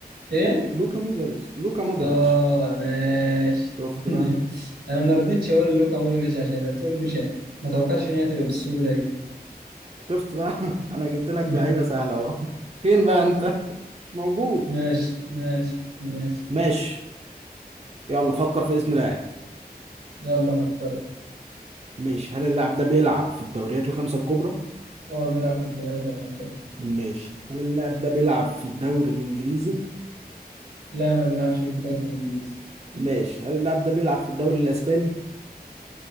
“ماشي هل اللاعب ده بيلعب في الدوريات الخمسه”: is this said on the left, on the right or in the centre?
Right